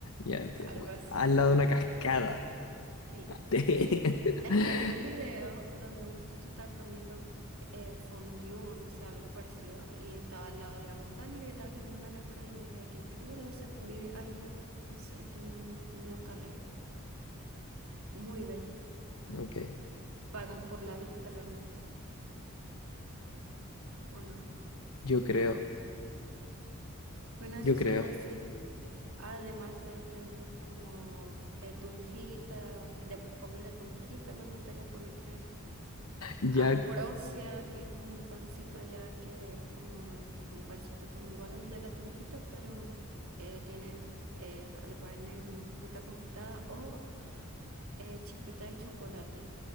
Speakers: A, on the left (about 85°); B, on the right (about 85°).
A: Ya entiendo.
B: algo
A: Bueno,
B: así.
A: al lado de una cascada.
B: Sí.
A: <laughs>
B: Es que vi un video donde un muchacho estaba comiendo eh, fondue o no sé, algo parecido, y estaba al lado de una montaña que estaba cayendo una cascada, y yo dije, "Ay, qué increíble debe ser vivir ahí o no sé, tener un, lu- un local ahí. Muy bello.
A: Ok,
B: Pagan por la vista realmente, ¿o no?
A: yo creo,
B: Bueno, eso
A: yo creo.
B: sería así. Además de tener como eh, tunjita, de comida tunjita me gustaría poner.
A: Ya
B: Ambrosia, que es como un pancito allá, que es como un pancito como igual al de la tunjita, pero eh, tiene, eh, le ponen fruta confitada o eh, chispita de chocolate.